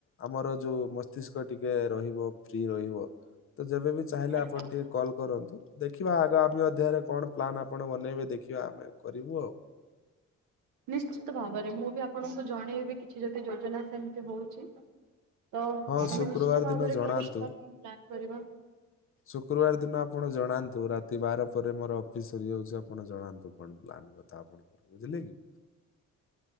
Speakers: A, on the left; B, on the right.
A: ଆମର ଯୋଉ ମସ୍ତିଷ୍କ ଟିକେ ରହିବ ଫ୍ରି ରହିବ। ତ ଯେବେ ବିି ଚାହିଁଲେ
B: ଆଜ୍ଞା।
A: ଆପଣ ଟିକେ କଲ୍ କରନ୍ତୁ। ଦେଖିବା ଆଗାମୀ ଅଧ୍ୟାୟରେ କଣ ପ୍ଲାନ୍ ଆପଣ ବନେଇବେ ଦେଖିବା ଆମେ କରିବୁ ଆଉ।
B: ନିଶ୍ଚିତ ଭାବରେ ମୁଁ ବି ଆପଣଙ୍କୁ ଜଣେଇବି କିଛି ଯଦି ଯୋଜନା ସେମିତି ହଉଛି। ତ
A: ହଁ
B: ଆମେ
A: ଶୁକ୍ରବାର
B: ନିଶ୍ଚିତ ଭାବରେ
A: ଦିନ ଜଣାନ୍ତୁ
B: କୁଆଡେ ଯିବା ପାଇଁ ପ୍ଲାନ୍ କରିବା।
A: ଶୁକ୍ରବାର ଦିନ ଆପଣ ଜଣାନ୍ତୁ ରାତି ବାର ପରେ ମୋର ଅଫିସ ସରିଯାଉଛି ଆପଣ ଜଣାନ୍ତୁ କଣ ପ୍ଲାନ। କଥା ଆପଣଙ୍କର ବୁଝିଲେ କି?